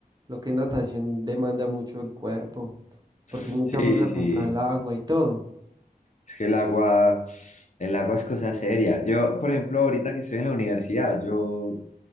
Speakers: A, on the right; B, on the left.
A: lo que es natación demanda mucho el cuerpo
B: Sí,
A: porque es mucha fuerza contra
B: sí,
A: el agua y todo.
B: es que el agua, el agua es cosa seria. Yo, por ejemplo, ahorita que estoy en la universidad, yo